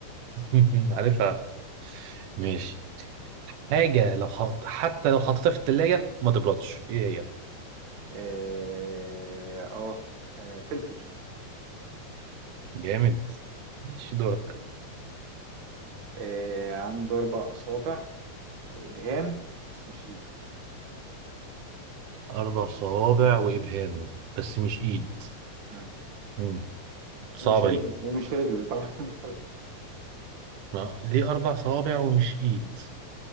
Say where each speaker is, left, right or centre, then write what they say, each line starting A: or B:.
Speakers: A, on the right; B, on the right.
A: <laughs> عارفها ماشي حاجة لو حط حتى لو حطيتها في التلاجة ما تبردش ايه هي؟
B: إيه اه آه، فلفل
A: جامد ماشي دورك
B: إيه عنده اربع اصابع وابهام بس مش ايد
A: أربع صوابع وإبهام بس مش إيد
B: مم.
A: مم. صعبة
B: ومش رجل
A: دي
B: ومش رجل طبعا
A: ما ليه أربع صوابع ومش إيد